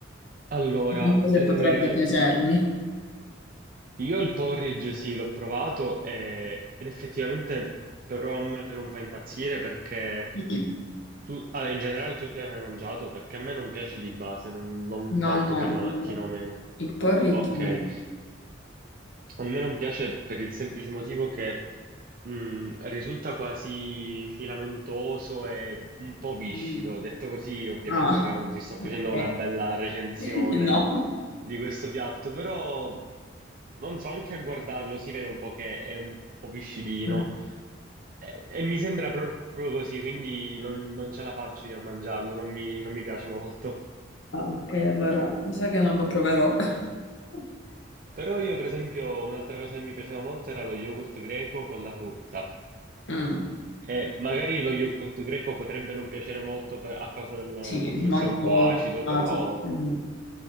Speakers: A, on the right (about 50°); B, on the left (about 80°).
A: Allora,
B: Non so se
A: eh,
B: potrebbe piacermi.
A: i- io il porridge sì, l'ho provato eh, ed effettivamente però a me non fa impazzire perché
B: <clears throat>
A: tu, allora, in generale tu l'hai mai mangiato perché a me non piace di base, non, non
B: No,
A: tanto
B: no,
A: per
B: il
A: la mattina o meno.
B: il porridge
A: Ok,
B: no.
A: a me non piace per il semplice motivo che Mm, risulta quasi filamentoso e un po' viscido.
B: Mm.
A: Detto così, ovviamente
B: Ah,
A: ora non ti sto facendo
B: ok.
A: una bella recensione
B: <laughs> No.
A: di questo piatto, però non so, anche a guardarlo si vede un po' che è un po' viscidino
B: Mm.
A: e, e mi sembra proprio così, quindi non, non ce la faccio io a mangiarlo, non mi, non mi piace molto.
B: Ah, ok, allora mi sa che non lo proverò. <laughs>
A: Però io, per esempio, un'altra cosa che mi piaceva molto era lo yogurt greco con la frutta.
B: Mm,
A: Eh, magari lo yogurt greco potrebbe non piacere molto per- a causa del
B: sì,
A: fatto
B: molto...
A: che sia un po' acido,
B: ah,
A: però
B: sì, mm.